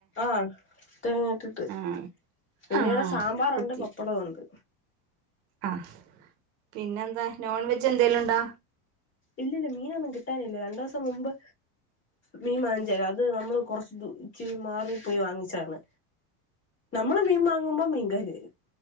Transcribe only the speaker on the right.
ആഹ്
ആഹ്
കുത്തി
ആഹ് പിന്നെ എന്താ നോൺ വെജ് എന്തെലും ഉണ്ടോ
<inaudible>